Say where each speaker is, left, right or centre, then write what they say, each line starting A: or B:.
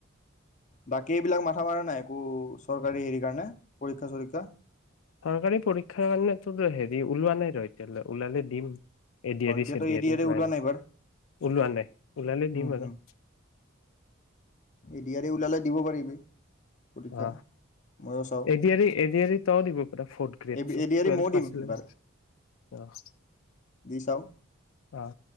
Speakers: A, on the left; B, on the left.
A: বাকী এইবিলাক মাথা মৰা নাই একো। <inaudible> চৰকাৰী <unintelligible> <unintelligible> পৰীক্ষা। চৰীক্ষা
B: চৰকাৰী পৰীক্ষাৰ কাৰণে তোৰ, হেৰি ওলোৱা নাই। <unintelligible> হ'লে, ওলালে দিম। এডিয়াৰী
A: অ এতিয়াতো
B: চেডিয়াৰী
A: এ ডি আৰ ই
B: বা
A: ওলোৱা
B: এনেকুৱা,
A: নাই এইবাৰ
B: ওলোৱা নাই। ওলালে
A: উম
B: দিম
A: হুম
B: আৰু।
A: এ ডি আৰ ই ওলালে দিব পাৰিবি পৰীক্ষা
B: অ',
A: ময়ো চাওঁ
B: এডিয়াৰী এডিয়াৰী তয়ো দিব পাৰ, fourth grade
A: A
B: টুৱেলভ
A: A D R E ময়ো
B: পাছ।
A: দিম এইবাৰ
B: <unintelligible>
A: দিচ চাওঁ।
B: অ